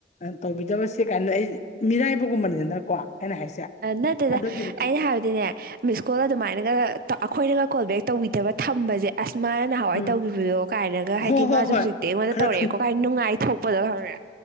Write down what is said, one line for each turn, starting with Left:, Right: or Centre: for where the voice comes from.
Left: ꯇꯧꯕꯤꯗꯕꯁꯦ ꯀꯥꯏꯅ ꯑꯩ ꯃꯤꯔꯥꯏꯕꯒꯨꯝꯕꯅꯤꯗꯅꯀꯣ ꯑꯩꯅ ꯍꯥꯏꯁꯦ
Right: ꯅꯠꯇꯦꯗ
Left: ꯑꯗꯨꯒꯤꯕꯨꯗꯤ
Right: ꯑꯩꯅ ꯍꯥꯏꯕꯗꯤꯅꯦ ꯃꯤꯁ ꯀꯣꯜꯒ ꯑꯗꯨꯃꯥꯏꯅꯒ ꯑꯩꯈꯣꯏꯅꯒ ꯀꯣꯜ ꯕꯦꯛ ꯇꯧꯤꯗꯕ ꯊꯝꯕꯁꯦ ꯑꯁ ꯃꯥꯅ ꯅꯍꯥꯟꯋꯥꯏ
Left: ꯎꯝ
Right: ꯇꯧꯈꯤꯕꯗꯣ ꯀꯥꯏꯅꯒ ꯍꯥꯏꯗꯤ
Left: ꯍꯣꯏ ꯍꯣꯏ
Right: ꯃꯥꯁꯨ
Left: ꯍꯣꯏ
Right: ꯍꯧꯖꯤꯛꯇꯤ ꯑꯩꯉꯣꯟꯗ
Left: ꯈꯔ
Right: ꯇꯧꯔꯛꯑꯦꯀꯣ ꯀ ꯅꯨꯡꯉꯥꯏꯊ ꯊꯣꯛꯄꯗꯣ ꯈꯪꯦ